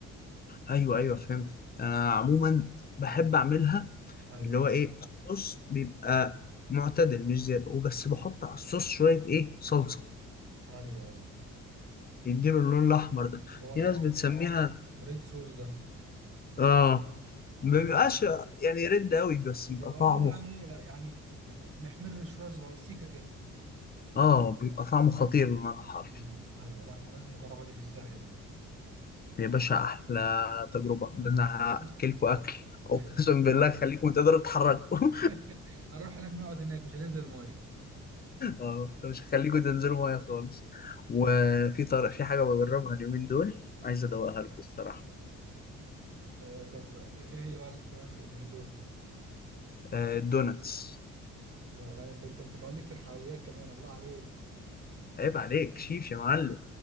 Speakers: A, on the left; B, on the right.
A: ايوه ايوه فهمتك انا عموما بحب
B: امم
A: اعملها
B: ايوه
A: اللي هو ايه الصوص بيبقى معتدل مش زياده وبس بحط على الصوص شويه ايه صلصه
B: ايوه ايوه
A: يديله اللون الاحمر ده
B: اللي هو
A: في
B: اه
A: ناس بتسميها
B: تحسه ريد صوص ده
A: اه ما
B: ايوه
A: بيبقاش
B: ايوه
A: يعني رد قوي بس بيبقى
B: بيبقى
A: طعمه
B: اللي هو يعني
A: خ-
B: ايه يعني محمر شويه صغير سيكه كده
A: اه بيبقى طعمه خطير بمعنى حرفي
B: مم. ايوه لا احنا لازم نجربها دي في الساحل دي
A: يا باشا احلى تجربه ان انا
B: لأن-
A: هاكلكوا اكل اقسم
B: ايوه
A: بالله خليكم تقدروا تتحركوا <laughs>
B: <laughs> هنروح هناك نقعد هناك مش هننزل ميه
A: اه
B: <laughs>
A: مش هخليه جود انزله ميه خالص وفي طرق في حاجه بجربها اليومين دول
B: مم.
A: عايز ادوقها لكم الصراحه
B: آه طب ايه إيه هي بقى اللي انت بتعملها اليومين دول؟
A: آه، الدوناتس
B: الدنيا لا انت انت انت كمان ليك في الحلويات كمان الله عليك
A: عيب عليك شيف يا معلم